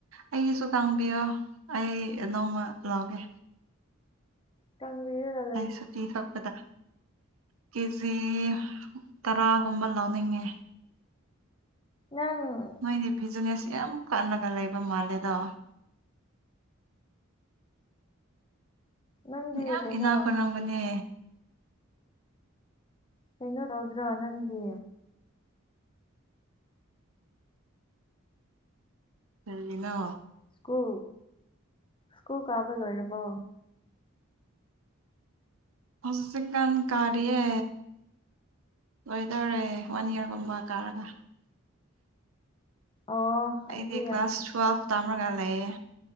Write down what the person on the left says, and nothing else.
<unintelligible>
ꯅꯪ
ꯅꯪꯗꯤ
ꯀꯩꯅꯣ
ꯀꯩꯅꯦ ꯇꯧꯗꯔꯣ ꯅꯪꯗꯤ
ꯁ꯭ꯀꯨ ꯁ꯭ꯀꯨ ꯀꯥꯕ ꯂꯣꯏꯔꯕꯣ
ꯑꯣ
ꯑꯗꯨꯗꯤ
ꯌꯥꯝ